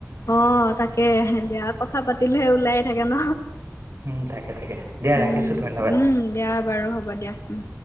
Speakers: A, on the left (about 65°); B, on the right (about 55°).
A: অহ তাকেহে বেয়া কথা পাতিলে ওলায়ে থাকে ন?
B: উম থাকে থাকে দিয়া
A: উম,
B: ৰাখিছোঁ ধন্যবাদ।
A: উম, দিয়া বাৰু হ'ব দিয়া উম।